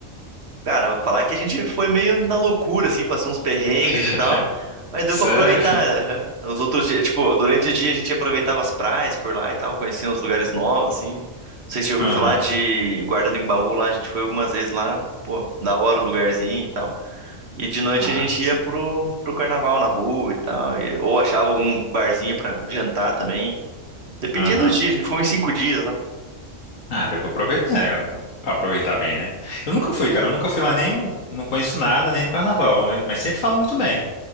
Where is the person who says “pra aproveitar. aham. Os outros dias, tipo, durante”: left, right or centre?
Right